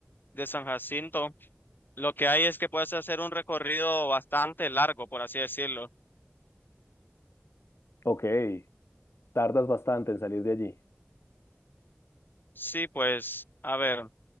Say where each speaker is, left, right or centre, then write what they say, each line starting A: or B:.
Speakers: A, on the left (about 50°); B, on the left (about 75°).
A: de San Jacinto lo que hay es que puedes hacer un recorrido bastante largo, por así decirlo.
B: Ok, Tardas bastante en salir de allí.
A: Sí, pues, a ver.